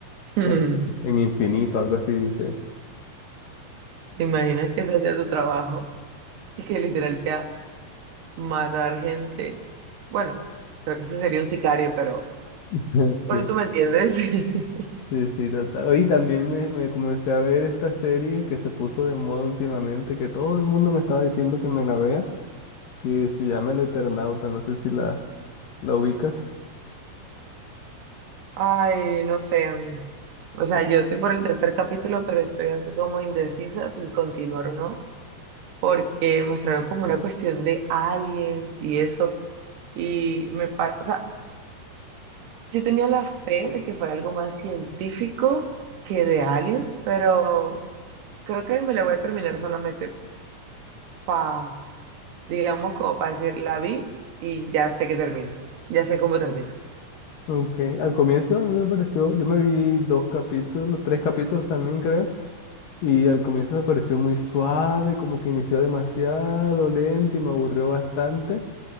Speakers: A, on the right; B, on the left.
A: <laughs>
B: en, en infinito, algo así dice.
A: ¿Te imaginas que ese sea tu trabajo y que literal sea matar gente? Bueno, creo que ese sería un sicario, pero,
B: <laughs>
A: pero
B: Sí,
A: tú me entiendes. <laughs>
B: sí, sí, total. Y también me, me comencé a ver esta serie que se puso de moda últimamente, que todo el mundo me estaba diciendo que me la vea, que se llama El Eternauta, no sé si la, la ubicas.
A: Ay, no sé. mm, O sea, yo estoy por el tercer capítulo, pero estoy así como indecisa si continuar o no, porque mostraron como una cuestión de aliens y eso. Y me pa- o sea, yo tenía la fe de que fuera algo más científico que de aliens, pero creo que me la voy a terminar solamente para digamos, como para decir, la vi y ya sé que termina, ya sé cómo termina.
B: Aunque al comienzo a mí me pareció, yo me vi dos capítulos, tres capítulos también creo, Y al comienzo me pareció muy suave, como que inició demasiado lento y me aburrió bastante.